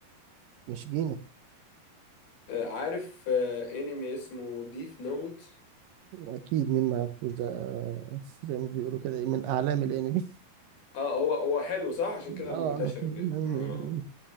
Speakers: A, on the right; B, on the left.
A: مش جيني
B: آه، عارف آه، انمي اسمه ديث نوت
A: اكيد مين ما يعرفوش ده زي ما بيقولوا كده إيه، من اعلام الانمي
B: اه هو هو حلو صح عشان كده
A: اه
B: منتشر
A: <laughs> يعني
B: جدا آه، آه.